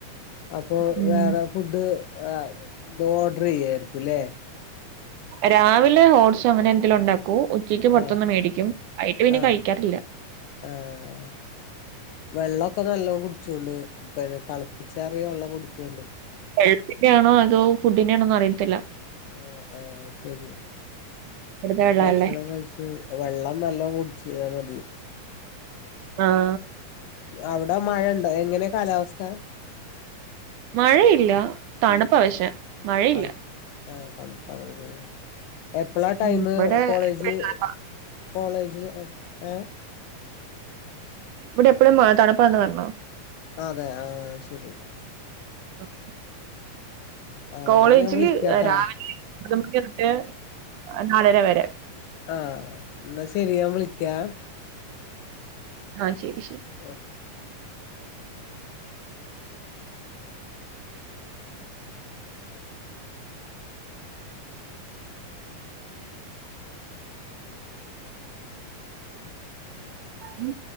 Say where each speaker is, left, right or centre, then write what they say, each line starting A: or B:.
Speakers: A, on the left (about 80°); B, on the right (about 75°).
A: അപ്പൊ
B: ഉം
A: വേറെ ഫുഡ് ആഹ് ചെയുവരിക്കും അല്ല
B: രാവിലെ ഓട്സ് അങ്ങനെ എന്തെങ്കിലും ഉണ്ടാക്കോ ഉച്ചയ്ക്ക് പുറത്തൊന്നും
A: ആഹ്
B: മേടിക്കും വയ്യിട്ട് പിന്നേ
A: ആഹ്
B: കഴിക്കാറില്ല.
A: ആഹ് വെള്ളക്കെ നല്ലോണം കുടിച്ചൊണ്ട് തള പ്പിച്ചറിയ വെള്ളം കുടിക്കുയുണ്ട്.
B: ഹെൽത്തിന്റെ ആണോ അതോ ഫുഡിന്റെ ആണോ അറിയത്തില്ല.
A: ആഹ് ആഹ് ശരി
B: ഇവിടുത്തെ
A: നല്ല
B: വെള്ളല്ലേ
A: ഭക്ഷണം കഴിച്ചു ച്ചിട് വെള്ളം നല്ല കുടിച്ചൽ മതി.
B: ആ
A: അവിടെ മഴണ്ടോ എങ്ങനെ കാലാവസ്ഥ?
B: മഴയില്ല. തണുപ്പാ പക്ഷെ മഴയില്ല
A: ആഹ് ആഹ് <unintelligible> എപ്പഴാ ടൈമ്
B: ഉം ഇവിടെ
A: കോളേജ്
B: എപ്പഴും തണുപ്പാ
A: കോളേജില് ഏഹ്
B: ഇവിടെ എപ്പോഴും തണുപാന്ന് പറഞ്ഞോ?
A: അതെ ആഹ് ആഹ് ശരി
B: <unintelligible>
A: ആ
B: കോളേജില്
A: എന്നാ ഞാൻ വിളിക്കാട്ടാ
B: രാവിലെ ഒമ്ബത് മണി തൊട്ട് നാലര വരെ.
A: ആഹ് ന്നാ ശെരിയാ ഞൻ വിളിക്കാ.
B: ആഹ് ശരി ശരി
A: ഒക്ക
B: ഉം